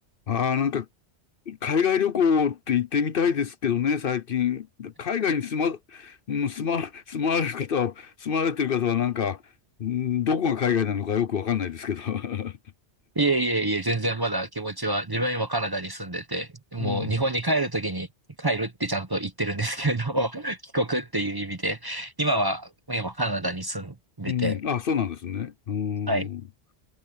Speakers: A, on the left; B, on the right.
A: ああ、なんか、海外旅行って行ってみたいですけどね、最近。海外に住ま、うん住ま、住まわれる方は、住まわれてる方はなんか、うんどこが海外なのかよくわかんないですけど。<laughs>
B: いえいえいえ、全然まだ気持ちは、自分は今カナダに住んでて、もう日本に帰るときに帰るってちゃんと言ってるんですけれども、
A: うん。
B: <laughs> 帰国っていう意味で、今は、今カナダに住んでて、
A: うん。あ、そうなんですね。うん。
B: はい。